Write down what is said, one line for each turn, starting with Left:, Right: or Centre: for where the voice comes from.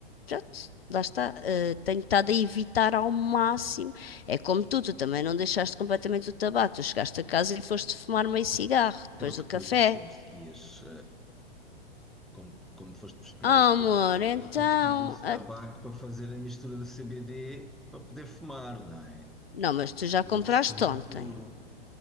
Left: pronto, lá está, eh, tenho estado a evitar ao máximo. É como tu, tu também não deixaste completamente o tabaco, tu chegaste a casa e foste fumar meio cigarro depois
Centre: Porque
Left: do café.
Centre: tu disseste que ias Como, como foste buscar
Left: Ah,
Centre: a CBD,
Left: amor, então.
Centre: tu precisas de
Left: ah,
Centre: tabaco para fazer a mistura da CBD para poder fumar, não é?
Left: Não, mas tu já compraste
Centre: Ele não se fuma
Left: ontem.
Centre: puro.